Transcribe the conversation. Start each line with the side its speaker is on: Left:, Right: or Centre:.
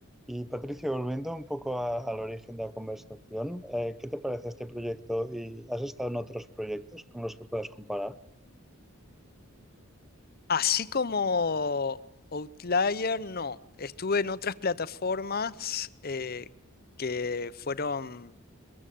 Centre: Y Patricio, volviendo un poco a- al origen de la conversación, eh, ¿qué te parece este proyecto? ¿Y has estado en otros proyectos con los que puedas comparar?
Left: Así como Outlier, no. Estuve en otras plataformas eh, que fueron